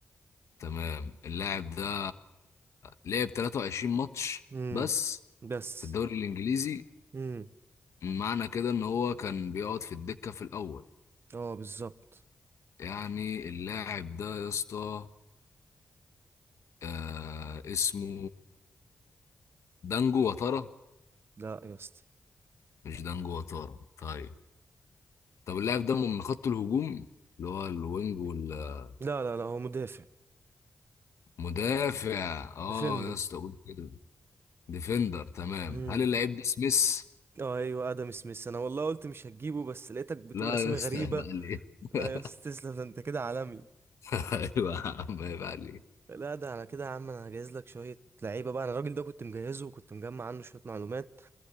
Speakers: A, on the left; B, on the right.
A: تمام اللاعب ده لعب 23 ماتش
B: مم.
A: بس
B: بس
A: في الدوري الإنجليزي
B: مم.
A: معنى كده إن هو كان بيقعد في الدكة في الأول
B: اه بالظبط
A: يعني اللاعب ده يا اسطى آه اسمه دانجو وتارا
B: لا يا اسطى
A: مش دانجو وتارا طيب طب اللاعب ده من خط الهجوم اللي هو الوينج وال-
B: لا لا لا هو مدافع
A: والمدافع اه
B: ديفندر
A: يا اسطى قول كده ديفندر تمام
B: مم.
A: هل اللاعب ده سميث
B: اه ايوه ادم سميث انا والله قلت مش هتجيبه بس لقيتك بتقول
A: لا
B: اسامي
A: يا اسطى
B: غريبه
A: عيب عليك <laughs>
B: لا يا اسطى تسلم ده انت كده عالمي
A: ايوه يا عم عيب عليك
B: لا ده على كده يا عم انا هجهز لك شويه لعيبه بقى انا الراجل ده كنت مجهزه وكنت مجمع عنه شويه معلومات